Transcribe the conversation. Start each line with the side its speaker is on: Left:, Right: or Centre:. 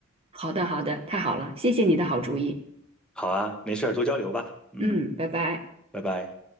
Right: 好的，好的，太好了，谢谢你的好主意，
Centre: 好啊，没事儿，多交流吧。嗯，
Right: 嗯，拜拜。
Centre: 拜拜。